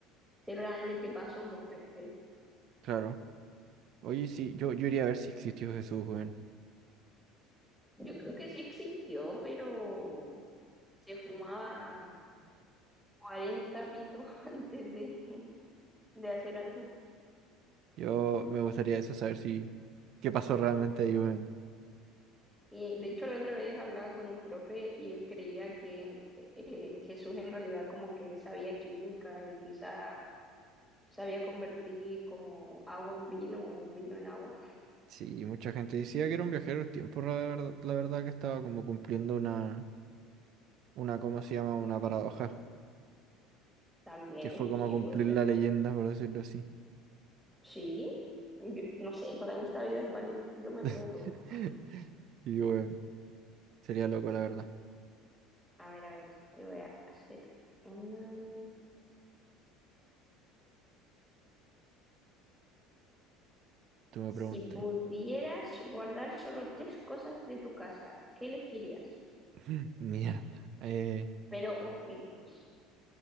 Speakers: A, in the centre; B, on the right.
A: si realmente pasó, pues, ¿cachai?
B: claro. Oye, sí, yo, yo iría a ver si existió Jesús, weón.
A: Yo creo que sí existió, pero se fumaba 40 pitos <laughs> antes de, de hacer algo.
B: Yo me gustaría eso, saber si qué pasó realmente ahí, weón.
A: Y de hecho la otra vez hablaba con un profe y él creía que en- eh, eh, Jesús en realidad como que sabía química y quizá sabía convertir como agua en vino o vino en agua
B: Sí, mucha gente decía que era un viajero del tiempo, la verdad, la verdad que estaba como cumpliendo una una, ¿cómo se llama? Una paradoja,
A: También,
B: que fue como
A: sí,
B: cumplir
A: puede ser.
B: la leyenda, por decirlo así.
A: Sí, yo- no sé, todo en esta vida es válido. Yo me
B: <laughs>
A: creo todo.
B: Y bueno, sería loco, la verdad.
A: A ver, a ver, te voy a hacer una... mm,
B: Tú me
A: Si
B: preguntas.
A: pudieras guardar solo tres cosas de tu casa, ¿qué elegirías?
B: <laughs> Mierda. Eh,
A: Pero objetos.